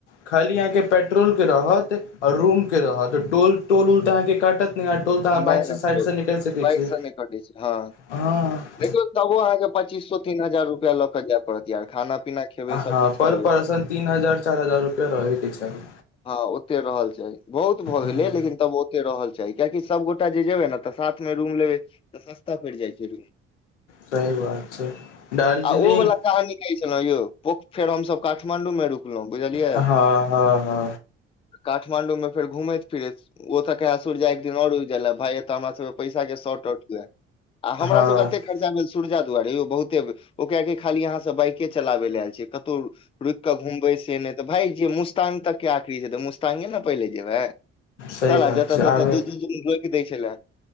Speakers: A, on the left; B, on the left.
A: खाली अहाँकेँ पेट्रोल केँ रहत और रूम केँ रहत टोल टोल उल तऽ अहाँ केँ काटत न टेल तऽ अहाँ
B: नहि
A: बाइकसँ
B: नहि
A: साइडसँ निकैल सकै
B: बाइक
A: छी
B: कटै स हँ
A: हँ
B: देखौ तबो अहाँ केँ पच्चीसो तीन हजार रुपआ लऽ कऽ जाय पड़त यार खाना पीना खेबै सब
A: हँ
B: चीज
A: पर
B: करबै
A: पर्सन
B: तऽ
A: तीन हजार चार हजार रुपैआ रहै केँ चाही
B: हँ ओते रहल चाही बहुत भऽ
A: ह
B: गेले लेकिन तब ओते रहल चाही कियाकि सब गोटा जेबे न तऽ साथ मे रूम लेबै तऽ सस्ता पड़ जाइ छै रूम <inaudible>
A: सही बात छै <inaudible> दार्जिलींग
B: आ ओ वाला कहानी कहै छल यौ ओ फेर हमसब कठमांडू मे रुक रुकलों बुझलिय
A: हँ हँ हँ
B: काठमाण्डू मे फेर घुमैत फिरैत ओ तऽ कह सूर्या एक दिन और रुक जाय लऽभाय एते हमरा सब कऽ पैसा कऽ शॉर्ट आउट हुए आ हमरा
A: हँ
B: सभ केँ एतेक खर्चा न सूरजा दुआारे यौ बहुते ओ कहे की खाली अहाँ सब बाइकेँ चलाबे ल आयल छै कतहु रुकि कऽ घुमबै से नहि तऽ भाय जे मुस्तांग तक केँ आखिरी छै तऽ मुस्ताग न पहिले जेयबै
A: सही
B: साला
A: बात
B: जता
A: छै
B: तत
A: आबे
B: दू दू दिन रोइक दै छलै